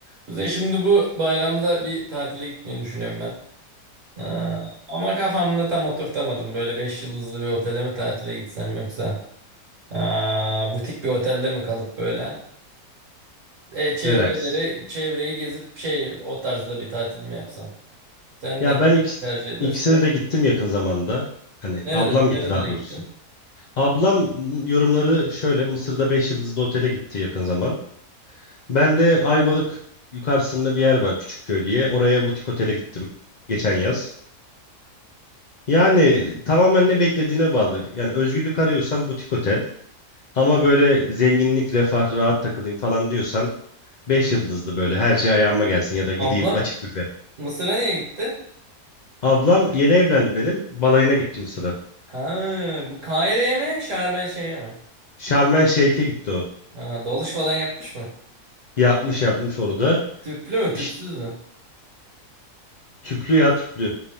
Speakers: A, on the right; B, on the left.
A: Kuzey şimdi bu bayramda bir tatile gitmeyi düşünüyorum ben. Ee, ama kafamda tam oturtamadım. Böyle 5 yıldızlı bir otele mi tatile gitsem yoksa aa, butik bir otelde mi kalıp böyle e, çevreleri
B: Relax.
A: çevreyi gezip şey o tarzda bir tatil mi yapsam? Sen
B: Ya
A: ne
B: ben ikis-
A: tercih edersin?
B: ikisine de gittim yakın zamanda. Hani
A: Nerede
B: ablam
A: nerelere
B: gitti daha doğrusu.
A: gittin?
B: Ablam yorumları şöyle. Mısır'da 5 yıldızlı otele gitti yakın zaman. Ben de Ayvalık yukarısında bir yer var Küçükköy diye. Oraya butik otele gittim geçen yaz. Yani tamamen ne beklediğine bağlı. Yani özgürlük arıyorsan butik otel. Ama böyle zenginlik, refah, rahat takılayım falan diyorsan 5 yıldızlı böyle her şey ayağıma gelsin ya da gideyim
A: Ablan
B: açık büfe.
A: Mısır'a niye gitti?
B: Ablam yeni evlendi benim. Balayına gittim sıra.
A: Ha, bu Kahire'ye mi? Şarm El Şeyh'e mi?
B: Şarm El Şeyh'e gitti o.
A: Ha, dalış falan yapmış mı?
B: Yapmış yapmış orada.
A: Tüplü mü, tüpsüz
B: İşte
A: mü?
B: tüplü ya tüplü.